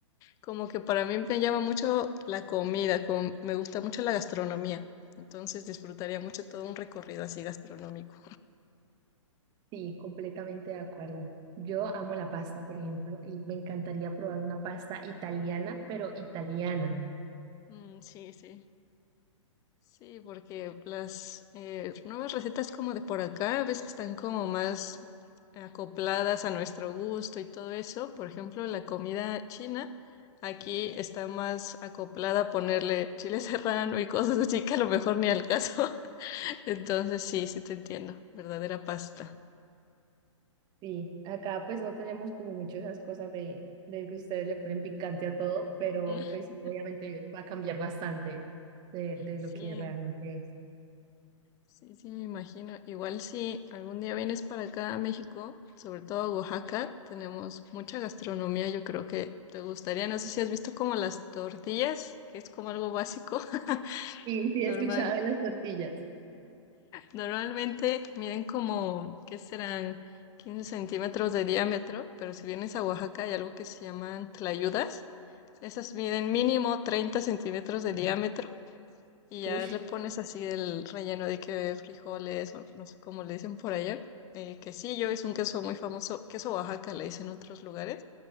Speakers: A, on the left (about 20°); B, on the right (about 25°).
A: Como que para mí me llama mucho la comida, como me gusta mucho la gastronomía. Entonces disfrutaría mucho todo un recorrido así gastronómico.
B: Sí, completamente de acuerdo. Yo amo la pasta, por ejemplo, y me encantaría probar una pasta italiana, pero italiana.
A: Mm, sí, sí. Sí, porque las eh, nuevas recetas como de por acá, ves que están como más acopladas a nuestro gusto y todo eso. Por ejemplo, la comida china aquí está más acoplada a ponerle chile <laughs> serrano y cosas así que a lo mejor ni al caso. <laughs> Entonces sí, sí te entiendo. Verdadera pasta.
B: Sí, acá pues no tenemos como mucho esas cosas de, de que ustedes le ponen picante a todo, pero
A: <laughs>
B: pues sí, obviamente va a cambiar bastante de, de
A: Sí.
B: lo que realmente es.
A: Sí, sí, me imagino. Igual si algún día vienes para acá a México, sobre todo a Oaxaca, tenemos mucha gastronomía, yo creo que te gustaría. No sé si has visto como las tortillas, que es como algo básico. <laughs>
B: Sí, sí,
A: Normal,
B: he escuchado de las tortillas.
A: normalmente miden como, ¿qué serán? 15 centímetros de diámetro, pero si vienes a Oaxaca hay algo que se llaman tlayudas. Esas miden mínimo 30 centímetros de diámetro y ya
B: Uy,
A: le pones así el relleno de que frijoles, o no sé cómo le dicen por allá. Eh, quesillo es un queso muy famoso, queso Oaxaca le dicen en otros lugares,